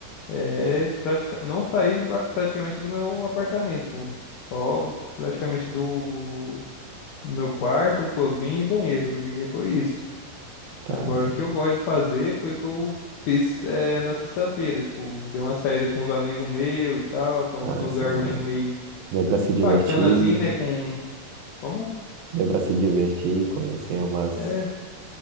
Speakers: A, on the left; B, on the right.
A: É pratica... Não saí ba- praticamente do meu apartamento, pô. Só praticamente do do meu quarto, cozinha e banheiro. E aí foi isso.
B: cara.
A: Agora, o que eu gosto de fazer foi o que eu fiz é, na sexta-feira. Tipo, dei uma saída com os amigos meus e tal, pra um
B: Nossa,
A: lugarzinho
B: mano.
A: meio,
B: Deu pra
A: meio
B: se
A: que
B: divertir,
A: bacana assim, né? Com. Como?
B: deu pra se divertir, conhecer umas,
A: É,